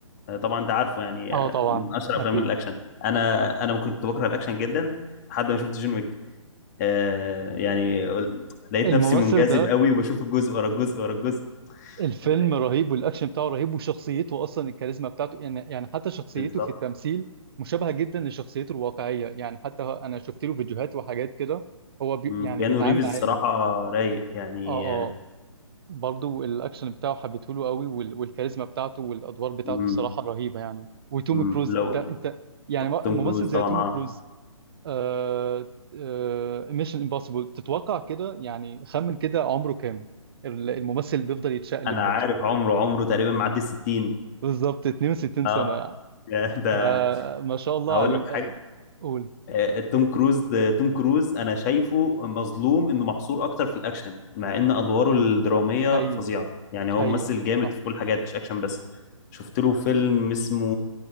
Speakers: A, on the left; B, on the right.
A: أه، طبعا انت عارفه يعني
B: اه
A: أه،
B: طبعا
A: من اشهر
B: اكيد
A: افلام الاكشن انا انا كنت بكره الاكشن جدا لحد ما شفت جون ويك آه يعني لقيت
B: الممثل
A: نفسي منجذب
B: ده
A: قوي وبشوف الجزء ورا الجزء ورا الجزء
B: الفيلم
A: ال- ال-
B: رهيب والاكشن بتاعه رهيب وشخصيته اصلا الكاريزما بتاعته يعني يعني حتى شخصيته
A: بالظبط
B: في التمثيل مشابهه جدا لشخصيته الواقعيه يعني حتى هو- انا شفت له فيديوهات وحاجات كده هو بي
A: مم،
B: يعني
A: كيانو
B: بيتعامل
A: ريفز
B: عادي
A: الصراحة رايق يعني
B: اه
A: آه،
B: اه برضو الاكشن بتاعه حبيته له قوي وال- والكاريزما بتاعته والادوار بتاعته
A: مم،
B: الصراحه رهيبه يعني وتوم
A: مم،
B: كروز
A: لو
B: انت انت يعني م-
A: توم
B: ممثل
A: كروز
B: زي
A: طبعا
B: توم
A: اه
B: كروز آه آه ميشن امبوسيبل تتوقع كده يعني خمن كده عمره كام ال- الممثل اللي بيفضل يتشقلب
A: انا
B: ده
A: عارف عمره عمره تقريبا معدي الستين
B: بالظبط 62
A: اه
B: سنة
A: <laughs> ده
B: آه ما شاء الله
A: هقول
B: عليهم
A: لك حاجة
B: آه، قول
A: آه، توم كروز ده توم كروز انا شايفه مظلوم انه محصور اكتر في الاكشن مع ان ادواره الدراميه
B: حقيقي
A: فظيعه يعني هو
B: حقيقي
A: ممثل جامد
B: صح
A: في كل حاجات مش اكشن بس شفت له فيلم اسمه